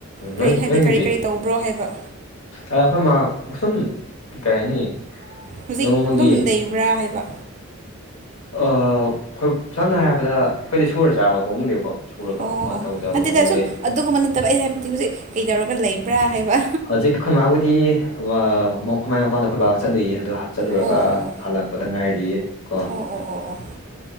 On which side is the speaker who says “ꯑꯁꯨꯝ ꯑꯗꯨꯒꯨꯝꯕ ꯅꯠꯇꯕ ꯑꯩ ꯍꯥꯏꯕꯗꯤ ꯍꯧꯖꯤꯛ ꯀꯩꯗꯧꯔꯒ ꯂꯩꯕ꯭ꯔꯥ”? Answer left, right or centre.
Right